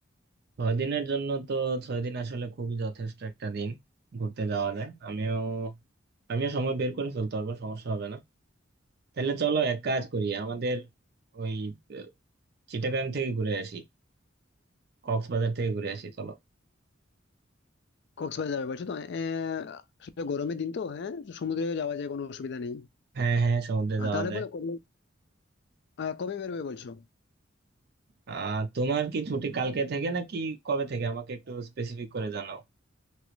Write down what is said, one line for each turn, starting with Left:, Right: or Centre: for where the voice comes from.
Right: ছয় দিনের জন্য তো ছয় দিন আসলে খুবই যথেষ্ট একটা দিন ঘুরতে যাওয়া যায় আমিও আমিও সময় বের করে ফেলতে পারবো সমস্যা হবে না তাহলে চলো এক কাজ করি আমাদের ওই আহ, চিটাগাং থেকে ঘুরে আসি কক্সবাজার থেকে ঘুরে আসি চলো
Left: কক্সবাজার যাবে বলছো তো আহ, আসলে গরমের দিন তো হ্যাঁ সমুদ্রে যাওয়া যায় কোনো অসুবিধা নেই
Right: হ্যাঁ হ্যাঁ সমুদ্রে
Left: আহ,
Right: যাওয়া
Left: তাহলে
Right: যায়
Left: বলো কবে আহ, কবে বেরোবে বলছো
Right: আহ তোমার কি ছুটি কালকে থেকে নাকি কবে থেকে আমাকে একটু স্পেসিফিক করে জানাও